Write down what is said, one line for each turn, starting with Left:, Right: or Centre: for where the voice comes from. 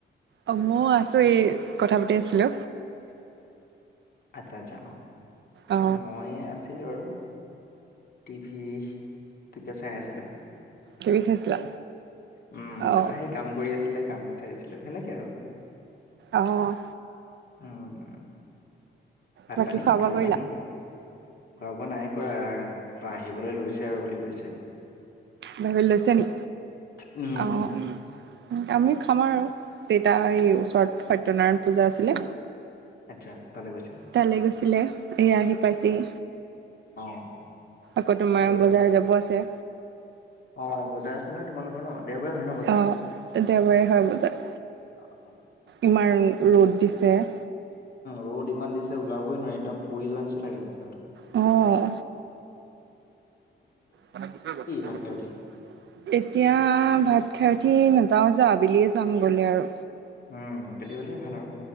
Right: অ ময় আছো এই কথা পাতি আছিলো।
Left: আচ্ছা আচ্ছা অ
Right: অ
Left: মই আছ ছিলো আৰু টিভি তোকে চাই আছিলো।
Right: টিভি চাইছিলা
Left: উম
Right: অ
Left: তাৰপা সেই কাম কৰি আছিলে কাম ঠাইছিলো সেনেকে আৰু।
Right: অহ
Left: উম্ ভাত
Right: বাকী
Left: পানী
Right: খোৱা বোৱা
Left: খালা
Right: কৰিলা?
Left: নেকি? খোৱা বোৱা নাই কৰা বাহিবলে লৈছ আৰু বুলি কৈছে।
Right: বাহিবলে লৈছে নি?
Left: উম,
Right: অঁ আমি খাম আৰু। দেতা এই ওচৰত সত্যনাৰায়ণ পূজা আছিলে।
Left: আচ্ছা। তালৈ গৈছে।
Right: তালৈ গৈছিলে এয়া আহি পাইছেহি।
Left: অ',
Right: আকৌ তোমাৰ
Left: কি কথা?
Right: বজাৰ যাব আছে।
Left: অ বজাৰ আছে নহয় তোমালোকৰ ন? দেওবাৰে হয় ন বজাৰ?
Right: অ দেওবাৰে হয় বজাৰ।
Left: <unintelligible>
Right: ইমান
Left: উম
Right: ৰ'দ দিছে
Left: ৰ'দ ইমান দিছে ওলাবই নোৱাৰি একদম পৰি যোৱা নিচিনা লাগে বাটত।
Right: অ', <unintelligible>
Left: ভাত খাই উঠি?
Right: এতিয়া ভাত খাই উঠি নাযাওঁ যাওঁ আবেলিয়ে যাম গ'লে আৰু।
Left: উম্ আবেলি হলেই ভাল আৰু।